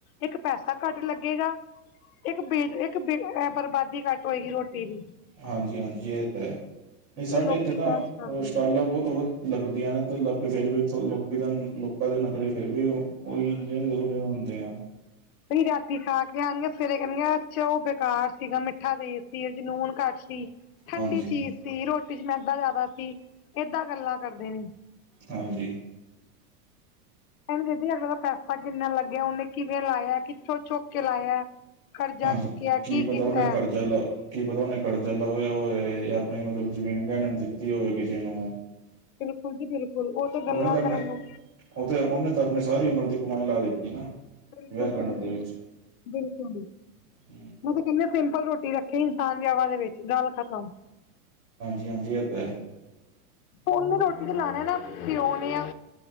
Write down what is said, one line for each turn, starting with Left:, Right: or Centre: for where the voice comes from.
Left: ਇੱਕ ਪੈਸਾ ਘੱਟ ਲੱਗੇਗਾ। ਇੱਕ ਬੇਦ ਇੱਕ ਬੇ ਐ ਬਰਬਾਦੀ ਘੱਟ ਹੋਏਗੀ ਰੋਟੀ ਦੀ।
Right: ਹਾਂਜੀ-ਹਾਂਜੀ ਇਹ ਤੇ ਹੈ,
Left: ਜਿਵੇਂ
Right: ਨਹੀਂ ਸਾਡੇ
Left: ਲੋਕੀ
Right: ਇੱਥੇ ਤਾਂ
Left: ਵਿਆਹ ਚ ਕਰਦੇ
Right: ਔ ਸਟਾਲ
Left: ਆ
Right: ਬਹੁਤ ਵੱਧ ਲੱਗਦੀਆਂ ਨੇ ਤੇ ਫੇਰ ਵੀ ਲੋਕੀ-ਲੋਕਾਂ ਦੇ ਨਕਰੇ ਫਿਰ ਵੀ ਉਹੀ ਉਹ ਹੁੰਦੇ ਆ।
Left: ਅਸੀ ਰਾਤੀ ਖਾ ਕੇ ਆਣਗੇ, ਫਿਰ ਏ ਕਹਿੰਣਗੇ ਅੱਛਾ ਉਹ ਬੇਕਾਰ ਸੀਗਾ, ਮਿੱਠਾ ਤੇਜ਼ ਸੀ ਉਹ, ਵਿਚ ਲੂਣ ਘੱਟ ਸੀ। ਠੰਡੀ
Right: ਹਾਂਜੀ
Left: ਚੀਜ਼ ਸੀ, ਰੋਟੀ ਚ ਮੈਦਾ ਜ਼ਿਆਦਾ ਸੀ, ਏਦਾਂ ਗੱਲਾਂ ਕਰਦੇ ਨੇ,
Right: ਹਾਂਜੀ,
Left: ਹੁਣ ਦੀਦੀ ਦਾ ਪੈਸਾ ਕਿੰਨਾ ਲੱਗਿਆ, ਉਹਨੇ ਕਿਵੇਂ ਲਾਇਆ ਕਿੱਥੋਂ ਚੁੱਕ ਕੇ ਲਾਇਆ। ਕਰਜ਼ਾ
Right: ਹਾਂਜੀ
Left: ਚੁੱਕਿਆ, ਕੀ
Right: ਪਤਾ
Left: ਕੀਤਾ।
Right: ਉਹਨੇ ਕਰਜ਼ਾ ਲ ਕੀ ਪਤਾ ਉਹਨੇ ਕਰਜ਼ਾ ਲਵੇ ਹੋਵੇ, ਆਪਣੀ ਮਤਲਬ ਜ਼ਮੀਨ ਗਹਿਣੇ ਦਿੱਤੀ ਹੋਵੇ ਕਿਸੇ ਨੂੰ
Left: ਬਿਲਕੁਲ ਜੀ ਬਿਲਕੁਲ ਉਹ ਤੇ
Right: ਉਹਨੇ
Left: ਗੱਲਾਂ
Right: ਤਾਂ ਆਪਣੇ
Left: ਕਰਣ ਨੂੰ
Right: ਉਹ ਤੇ ਉਹਨੇ ਤੇ ਆਪਣੀ ਸਾਰੀ ਉਮਰ ਦੀ ਕਮਾਈ ਲਾ ਦਿੱਤੀ ਨਾ,
Left: ਬਿਲਕੁਲ
Right: ਵਿਆਹ ਕਰਨ
Left: ਜੀ ਬਿਲਕੁਲੀ,
Right: ਦੇ ਵਿੱਚ
Left: ਬਿਲਕੁਲ ਜੀ।
Right: ਹਮ
Left: ਮੈਂ ਕਿਹਾ ਕਹਿੰਦੇ ਸਿੰਪਲ ਰੋਟੀ ਰੱਖੇ ਇਨਸਾਨ, ਵੀਆਹਾਂ ਦੇ ਵਿੱਚ ਗੱਲ ਖਤਮ
Right: ਹਾਂਜੀ-ਹਾਂਜੀ, ਇੱਹ ਤੇ ਹੈ।
Left: ਔਨੂੰ ਰੋਟੀ ਤੇ ਲਾਉਣੇ ਨਾ, ਪਿਉ ਨੇ ਆ